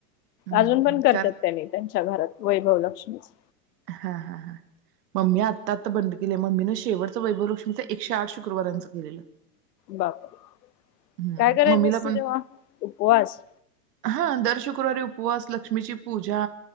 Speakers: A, on the right; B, on the left.
A: हम्म
B: अजून पण करतात
A: कर
B: त्यांनी त्यांच मच्या घरात वैभव लक्ष्मीच.
A: हा हा हा मम्मी आत्ता आता बंद केलय मम्मीनं शेवटचं वैभवलक्ष्मीच एकशे आठ शुक्रवारांचं केलेलं.
B: बापरे!
A: हम्म
B: काय करायचं
A: मम्मीला
B: असतय
A: पण
B: तेव्हा उपवास
A: हा दर शुक्रवारी उपवास लक्ष्मीची पूजा.